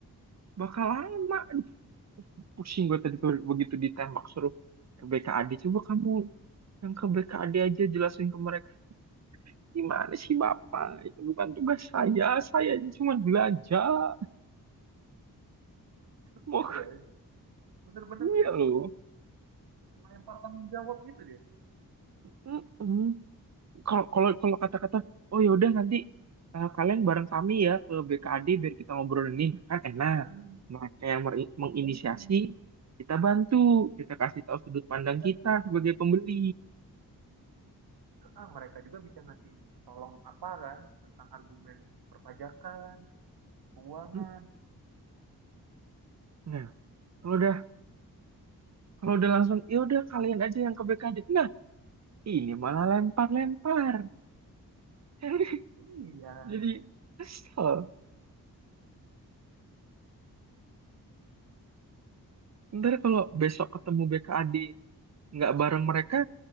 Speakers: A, on the right; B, on the right.
A: bakal lama. Aduh, pusing gue tadi tuh begitu ditembak suruh ke BKAD. Coba kamu yang ke BKAD aja jelasin ke mereka. Gimana sih Bapak? Itu bukan tugas saya. Saya ini cuma belajar.
B: lucu
A: Mau
B: ya bener-bener
A: iya loh.
B: melempar tanggung jawab gitu dia
A: Mm-mm. kalau kalau kalau kata-kata oh ya udah nanti eh, kalian bareng kami ya ke BKD biar kita ngobrol ini Nah, kan enak
B: ah,
A: mereka yang meri- menginisiasi
B: bener.
A: kita bantu kita kasih tahu sudut pandang
B: Iya,
A: kita sebagai pembeli
B: ah, mereka juga bisa ngasih tolong apa kan tentang argumen perpajakan keuangan
A: Hmm, nah kalau udah kalau udah langsung ya udah kalian aja yang ke BKD nah ini malah lempar-lempar <laughs>
B: iya
A: jadi kesel ntar kalau besok ketemu BKD nggak bareng mereka